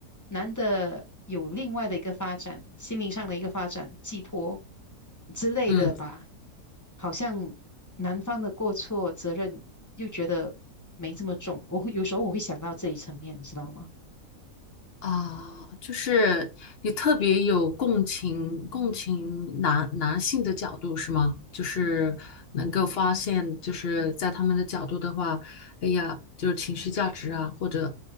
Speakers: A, on the left (about 15°); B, on the left (about 50°).
A: 男的有另外的一个发展，心灵上的一个发展，寄托之类的吧。
B: 嗯
A: 好像男方的过错责任又觉得没这么重，我会有时候我会想到这一层面，你知道吗？
B: 啊，就是你特别有共情，共情男男性的角度是吗？就是能够发现，就是在他们的角度的话，哎呀，就是情绪价值啊，或者